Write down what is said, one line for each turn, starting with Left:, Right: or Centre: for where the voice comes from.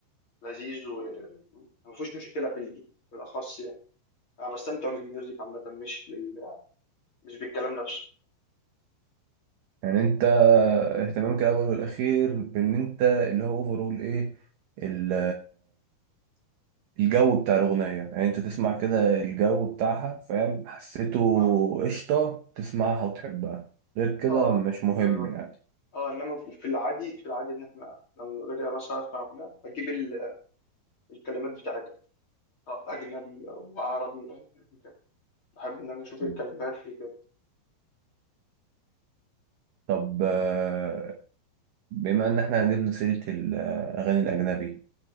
Left: لذيذ وما فيهوش مشكلة بال- بالاخص يعني انا بستمتع بالميوزك عامة مش بال... مش بالكلام نفسه
Right: يعني انت اهتمامك الاول والاخير بان انت اللي هو اوفرول ايه ال- الجو بتاع الاغنية يعني انت تسمع كده الجو بتاعها فاهم حسيته
Left: اه
Right: قشطة تسمعها وتحبها غير كده
Left: اه
Right: مش مهم
Left: بالظبط.
Right: يعني
Left: اه انما في العادي في العادي ان احنا لما باجي مثلا اسمع اغنيه اجيب ال- الكلمات بتاعتها أجنبي أو عربي أو يعني كده بحب إن أنا أشوف
Right: مم.
Left: الكلمات دي كده
Right: طب آه، بما ان احنا جبنا سيرة الاغاني الاجنبي